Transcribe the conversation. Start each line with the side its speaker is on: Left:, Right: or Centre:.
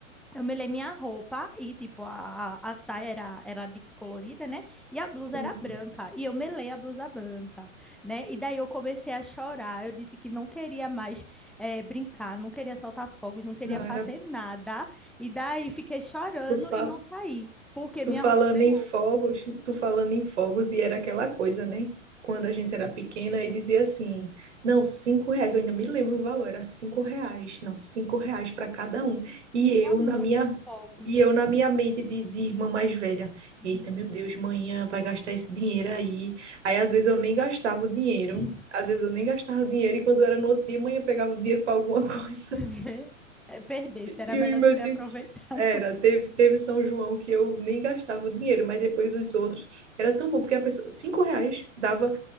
Centre: eu melei minha roupa e, tipo, a, a saia era, era de colorida, né? E a blusa
Right: Sim.
Centre: era branca. E eu melei a blusa branca, né? E daí eu comecei a chorar. Eu disse que não queria mais eh, brincar, não queria soltar fogos, não queria
Right: Não,
Centre: fazer
Right: era.
Centre: nada. E daí fiquei chorando
Right: Tu fala.
Centre: e não saí, porque
Right: Tu
Centre: minha
Right: falando
Centre: roupa
Right: em
Centre: melou.
Right: fogos, tu falando em fogos, e era aquela coisa, né? Quando a gente era pequena, e dizia assim: não, cinco reais, eu ainda me lembro o valor, era cinco reais, não, cinco reais para cada um. E eu,
Centre: Era muito
Right: na minha,
Centre: fogos.
Right: e eu, na minha mente de, de irmã mais velha,
Centre: Uhum.
Right: eita, meu Deus, manhã vai gastar esse dinheiro aí. Aí, às vezes, eu nem gastava o dinheiro,
Centre: <laughs>
Right: às vezes, eu nem gastava o dinheiro, e quando era no outro dia, manhã pegava o dinheiro para alguma <laughs> coisa.
Centre: Vê? É, Perdesse, era
Right: E
Centre: melhor
Right: os meus
Centre: tu ter aproveitado.
Right: era, teve, teve São João que eu nem gastava o dinheiro, mas depois os outros. Era tão bom, porque a pessoa, cinco reais dava,